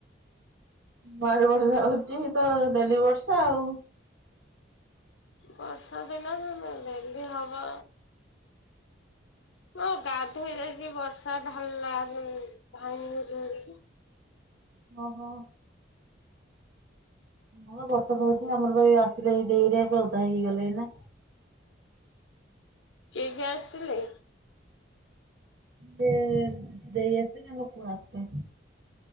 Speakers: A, on the right; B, on the left.
A: ମାଡ ବଡ ଯାଉଚି ତ ଡେଲି ବର୍ଷା ଆଉ।
B: ବର୍ଷା ଦିନ ଡେଲି ହବ। ହଁ ଗାଧେଇ ଯାଇଛି ବର୍ଷା ଢାଲିଲା ଧାଇ
A: ଓ ହୋ। ହଁ ବର୍ଷା ଦ ହଉଛି ଆମର ଭାଇ ଆସିଲେ ଦେଇରି ଏବେ ଅଧା ହେଇକି ଗଲେ ଏଇନା
B: କିଏ କିଏ ଆସିଥିଲେ?
A: ଯେ ଦେଇ ଆସିଥିଲେ ମୋ ପୁଅ ଆସେ